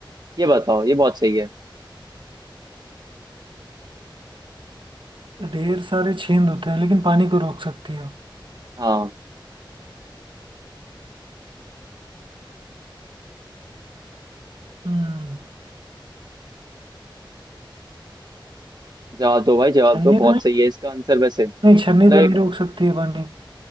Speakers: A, on the right; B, on the right.
A: ये बताओ ये बहुत सही है
B: ढेर सारे छेद होते हैं लेकिन पानी को रोक सकती है
A: हाँ
B: हम्म
A: जवाब दो भाई जवाब
B: छन्नी
A: दो बहुत
B: तो नहीं
A: सही है इसका आंसर वैसे मतलब
B: नहीं छन्नी तो
A: एक
B: नहीं रोक सकती है पानी